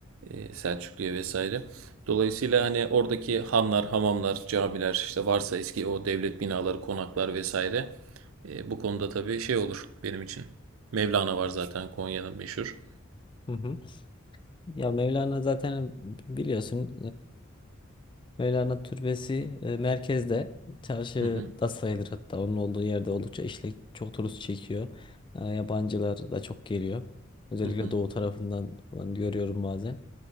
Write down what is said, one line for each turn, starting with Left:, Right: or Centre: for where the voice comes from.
Right: Eee, Selçuklu'ya vesaire. Dolayısıyla hani oradaki hanlar, hamamlar, camiler işte varsa eski o devlet binaları, konaklar vesaire. eee, bu konuda tabii şey olur benim için. Mevlana var zaten Konya'nın meşhur.
Left: Hı hı. Ya Mevlana zaten biliyorsun Mevlana Türbesi e, merkezde çarşıda
Right: Hı hı,
Left: sayılır hatta onun olduğu yerde oldukça işlek çok turist çekiyor. E, yabancılar da çok geliyor. Özellikle
Right: hı hı.
Left: doğu tarafından falan görüyorum bazen.